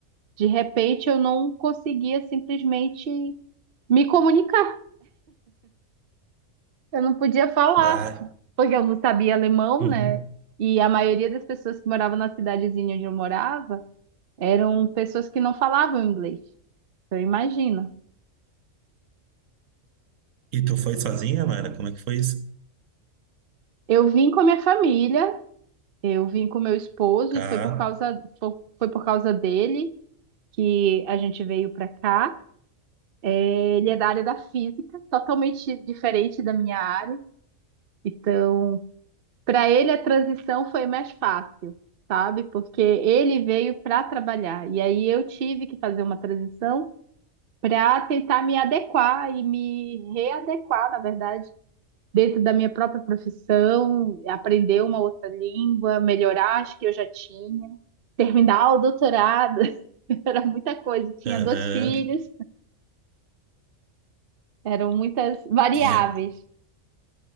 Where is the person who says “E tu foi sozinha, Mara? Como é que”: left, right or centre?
Right